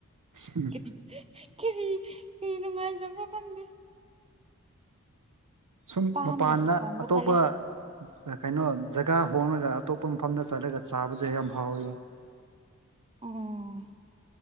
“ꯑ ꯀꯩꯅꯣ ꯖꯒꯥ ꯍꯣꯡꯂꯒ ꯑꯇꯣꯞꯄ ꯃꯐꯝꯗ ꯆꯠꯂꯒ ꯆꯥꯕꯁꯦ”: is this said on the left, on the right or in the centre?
Right